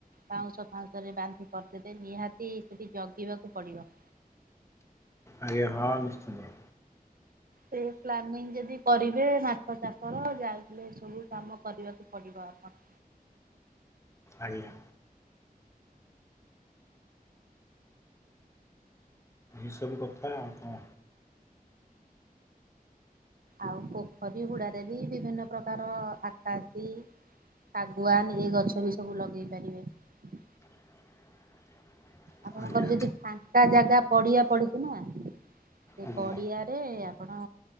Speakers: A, on the right (about 65°); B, on the left (about 20°).
A: ବାଉଁଶ ଫାଉଁଶ ରେ ବାନ୍ଧି ପାରୁଥିବେ ନିହାତି ସେଠି ଜଗିବାକୁ ପଡିବ।
B: ଆଜ୍ଞା ହଁ ନିଶ୍ଚିନ୍ତ।
A: ସେ ପ୍ଲାନିଂ ଯଦି କରିବେ ମାଛ ଚାଷର ଯାଇହେଲେ ସବୁ କାମ କରିବାକୁ ପଡିବ ଆପଣ
B: ଆଜ୍ଞା। ଏସବୁ କଥା ଆଉ କଁ।
A: ଆଉ ପୋଖରୀ ହୁଡ଼ାରେ ବି ବିଭିନ୍ନ ପ୍ରକାର ଆକାସି ଶାଗୁଆନ୍ ଏ ଗଛ ବି ସବୁ ଲଗେଇ ପାରିବେ।
B: <inaudible>
A: ଆପଣଙ୍କର
B: ଆଜ୍ଞା
A: ଯଦି ଫା କା ଜାଗା ପଡ଼ିଆ ପଡ଼ିଚ଼ି ନା ସେ
B: ଆଜ୍ଞା
A: ପଡ଼ିଆରେ ଆପଣ